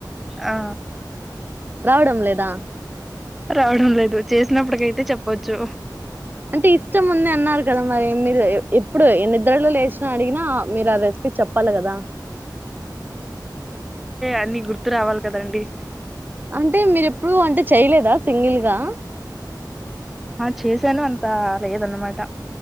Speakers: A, in the centre; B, on the right (about 25°).
A: ఆ
B: రావడం లేదా
A: రావడం లేదు చేసినప్పుటికయితే చెప్పొచ్చు
B: అంటే ఇష్టం ఉంది అన్నారు కదా మరి మీరు ఎప్పుడు నిద్రలో లేచినా అడిగినా మీరు ఆ రెసిపీ చెప్పాలి కదా
A: అన్నీ గుర్తు రావాలి కదండి
B: అంటే మీరు ఎప్పుడు అంటే చెయలేదా సింగిల్గా
A: ఆ చేశాను అంతా లేదన్నమాట